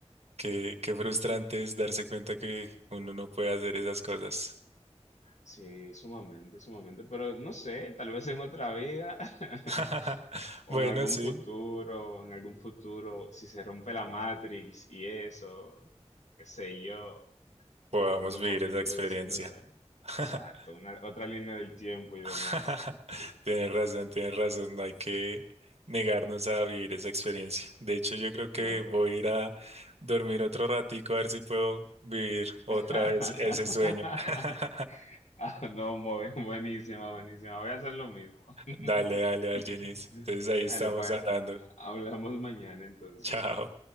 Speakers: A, on the right (about 65°); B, on the left (about 90°).
A: qué, qué frustrante es darse cuenta que uno no puede hacer esas cosas.
B: sí, sumamente, sumamente. Pero no sé, tal vez en otra vida. <laughs>
A: <laughs> Bueno,
B: O en algún
A: sí,
B: futuro, en algún futuro, si se rompe la Matrix y eso, qué sé yo,
A: podamos
B: nosotros
A: vivir
B: podemos
A: esa
B: introducirnos
A: experiencia.
B: ahí.
A: <laughs>
B: Exacto, una- otra línea del tiempo y demás.
A: <laughs>
B: Sí,
A: Tienes razón, tienes razón, no hay que negarnos a vivir esa experiencia. De hecho, yo creo que
B: no,
A: voy
B: para.
A: a ir a dormir otro ratico a ver si puedo vivir otra
B: <laughs>
A: vez ese sueño. <laughs>
B: Ah, no, muy- buenísima, buenísima. Voy a hacer lo mismo. <laughs>
A: Dale, dale, Argenis. Entonces ahí
B: Dale,
A: estamos
B: pues,
A: hablando.
B: hablamos mañana entonces.
A: Chao.